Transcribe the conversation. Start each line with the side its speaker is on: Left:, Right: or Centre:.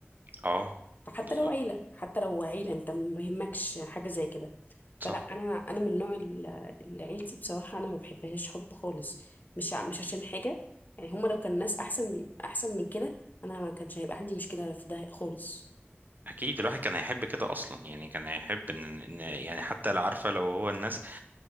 Right: اه
Left: فحتى
Right: بالظبط
Left: لو عيلة حتى لو عيلة انت ما يهمكش حاجة زي كده فلا
Right: صح
Left: انا انا من نوع ال- اللي عيلتي بصراحة انا ما بحبهاش حب خالص مش ع- مش عشان حاجة يعني هما لو كان ناس احسن احسن من كده انا ما كانش هيبقى عندي مشكلة في ده خالص
Right: اكيد الواحد كان هيحب كده اصلا يعني كان هيحب ان, إن يعني حتى لو عارفة لو هو الناس